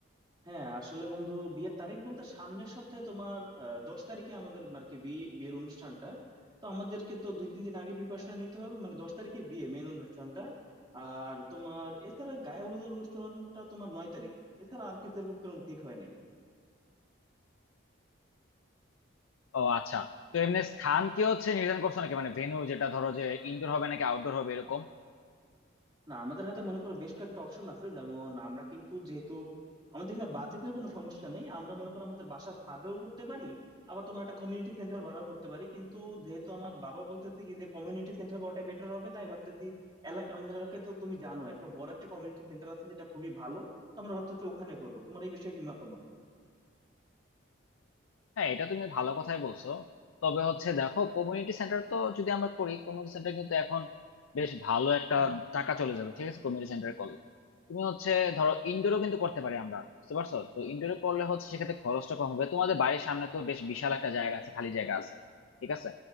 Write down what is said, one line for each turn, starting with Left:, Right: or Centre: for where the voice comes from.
Right: হ্যাঁ আসলে বন্ধু বিয়ের তারিখ বলতে সামনের সপ্তাহে তোমার আহ, দশ তারিখে আমাদের আর কি বিয়ে বিয়ের অনুষ্ঠানটা তো আমাদেরকে তো দুই তিন দিন আগে প্রিপারেশন নিতে হবে মানে দশ তারিখে বিয়ে মেন অনুষ্ঠানটা আর তোমার এছাড়া গায়ে হলুদের অনুষ্ঠানটা তোমার নয় তারিখ এছাড়া আর কিছু এরকম কোনো ঠিক হয়নি
Left: ও আচ্ছা তো এমনি স্থান কি হচ্ছে নির্ধারণ করছো নাকি মানে ভেন্যু যেটা ধরো যে ইনডোর হবে নাকি আউটডোর হবে এরকম
Right: না আমাদের হাতে মনে করো বেশ কয়েকটা অপশন আছে যেমন আমরা কিন্তু যেহেতু আমাদের এখানে বাজেটের কোনো সমস্যা নেই আমরা মনে করো আমাদের বাসা ছাদেও করতে পারি আবার তোমার একটা কমিউনিটি সেন্টার ভাড়াও করতে পারি কিন্তু যেহেতু আমার বাবা বলতেছে কি যে কমিউনিটি সেন্টার করাটাই বেটার হবে তাই ভাবতেছি এলাকা আমাদের এলাকায় তো তুমি জানো একটা বড় একটা কমিউনিটি সেন্টার আছে যেটা খুবই ভালো তো আমরা ভাবতেছি ওখানে করবো তোমার এই বিষয়ে কি মতামত
Left: হ্যাঁ এটা তুমি ভালো কথাই বলছো তবে হচ্ছে দেখো কমিউনিটি সেন্টার তো যদি আমরা করি কমিউনিটি সেন্টার কিন্তু এখন বেশ ভালো একটা টাকা চলে যাবে ঠিক আছে কমিউনিটি সেন্টার করলে তুমি হচ্ছে ধরো ইনডোরও কিন্তু করতে পারি আমরা বুঝতে পারছো তো ইনডোরে করলে হচ্ছে সেক্ষেত্রে খরচটা কম হবে তোমাদের বাড়ির সামনে তো বেশ বিশাল একটা জায়গা আছে খালি জায়গা আছে ঠিক আছে